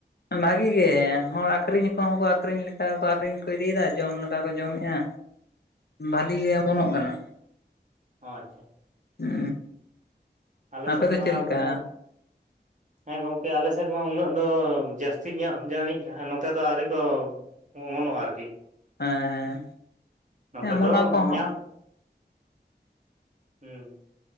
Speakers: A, on the left; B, on the right.
A: ᱵᱷᱟᱹᱜᱮ ᱜᱮ ᱦᱚᱲ ᱟᱠᱷᱨᱤᱧᱟ ᱠᱚᱦᱚᱸ ᱠᱚ ᱟᱹᱠᱷᱨᱤᱧ ᱞᱮᱠᱟ ᱠᱚ ᱟᱹᱠᱷᱨᱤᱧ ᱠᱚ ᱤᱫᱤ ᱮᱫᱟ ᱡᱚᱢ ᱞᱮᱠᱟ ᱠᱚ ᱡᱚᱢᱮᱜᱼᱟ᱾
B: <inaudible>
A: ᱵᱷᱟᱹᱞᱤ ᱜᱮ ᱚᱢᱚᱱᱚᱜ ᱠᱟᱱᱟ᱾
B: ᱚ ᱟᱪᱪᱷᱟ
A: ᱦᱩᱸ
B: ᱟᱞᱮ
A: ᱟᱯᱮ
B: ᱥᱮᱫ
A: ᱫᱚ
B: ᱢᱟ
A: ᱪᱮᱫ ᱞᱮᱠᱟ᱾
B: ᱮᱠᱫᱚᱢ <inaudible> ᱦᱮᱸ ᱜᱚᱝᱠᱮ ᱟᱞᱮ ᱥᱮᱫ ᱢᱟ ᱩᱱᱟᱹᱜ ᱫᱚ ᱡᱟᱹᱥᱛᱤ ᱧᱚᱜ ᱡᱟᱹᱱᱤᱡ ᱱᱚᱛᱮ ᱫᱚ ᱟᱹᱣᱨᱤ ᱠᱚ ᱦᱚᱸᱜ-ᱚ ᱱᱟᱣᱟ ᱟᱨᱠᱤ᱾
A: ᱦᱮᱸ
B: ᱱᱚᱛᱮ
A: ᱦᱮᱸ ᱚᱢᱚᱱᱚᱜ
B: ᱫᱚ
A: ᱟᱠᱚ ᱦᱚᱸ
B: ᱧᱟᱢ, ᱦᱩᱸ,